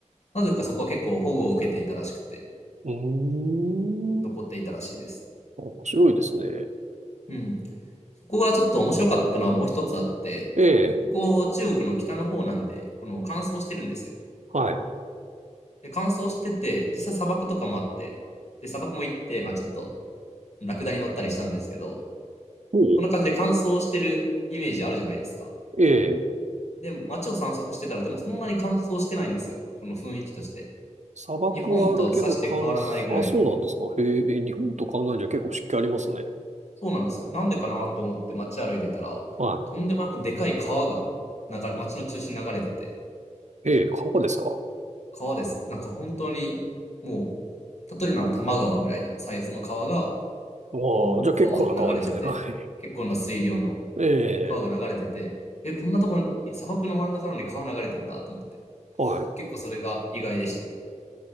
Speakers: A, on the left; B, on the right.
A: なぜかそこは結構保護を受けていたらしくて、
B: うーん。
A: 残っていたらしいです。
B: 面白いですね。
A: うん。そこがちょっと面白かったのはもう一つあって、
B: ええ、
A: ここ中国の北の方なんで、この乾燥してるんですよ。
B: はい。
A: で、乾燥してて、実際砂漠とかもあって、で、砂漠も行って、まあちょっと、ラクダに乗ったりしたんですけど、
B: おう
A: こんな感じで乾燥してるイメージあるじゃないですか。
B: ええ、
A: で、街を散策してたら、でもそんなに乾燥してないんですよ。この雰囲気として。
B: 砂漠はあるけど、
A: 日本とさして変わらないぐらいの。
B: 乾燥、あ、そうなんですか。へえ、日本と考えじゃ結構湿気ありますね。
A: そうなんですよ。なんでかなと思って街歩いてたら、
B: は
A: とんでもなくでかい川が流れ、街の中心に流れてて、
B: い。ええ、川ですか。
A: 川です。なんか本当に、もう、例えるなら多摩川ぐらいのサイズの川が、
B: ああ、
A: もう、
B: じゃあ結構な川ですね。
A: ブワーって流れてて、
B: <laughs> はい。
A: 結構な水量の
B: ええ、
A: 川が流れてて、え、こんなところに、砂漠の真ん中なのに川流れてんだと思って。
B: はい。
A: 結構それが意外でしたね。